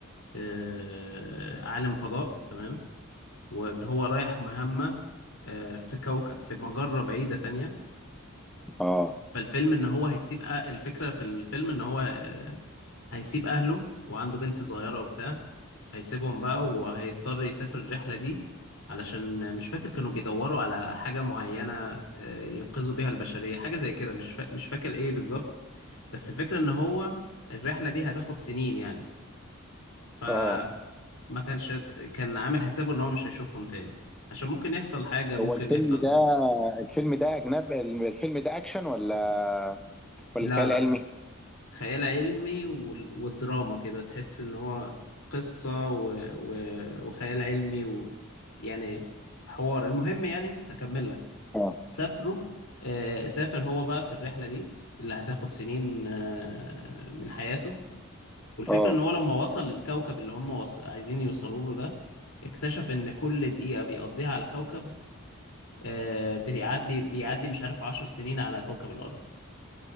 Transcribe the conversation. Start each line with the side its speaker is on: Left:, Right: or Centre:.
Left: آه، عالم فضاء تمام وان هو رايح مهمة آه، في كوكب في مجرة بعيدة تانية
Centre: اه
Left: فالفيلم ان هو هيسيب أه- الفكرة في الفيلم ان هو آه، هيسيب اهله وعنده بنت صغيرة وبتاع هيسيبهم بقى وهيضطر يسافر الرحلة دي علشان مش فاكر كانوا بيدوروا على حاجة معينة آه، ينقذوا بيها البشرية حاجة زي كده مش فا... مش فاكر ايه بالظبط بس الفكرة ان هو الرحلة دي هتاخد سنين يعني فما
Centre: اه
Left: كانش كان عامل حسابه ان هو مش هيشوفهم تاني عشان ممكن يحصل حاجة ممكن
Centre: هو الفيلم
Left: يحصل
Centre: ده الفيلم ده أجنب الفيلم ده أكشن ولا ولا
Left: لا
Centre: خيال
Left: لا
Centre: علمي؟
Left: خيال علمي وال... والدراما كده تحس ان هو قصة و... و... وخيال علمي و... يعني حوار المهم يعني هكمل لك
Centre: اه
Left: سافروا آه، سافر هو بقى في الرحلة دي اللي هتاخد سنين آه، من حياته والفكرة
Centre: اه
Left: ان هو لما وصل للكوكب اللي هم وص... عايزين يوصلوا له ده اكتشف ان كل دقيقة بيقضيها على الكوكب آه، بيعدي بيعدي مش عارف عشر سنين على كوكب الأرض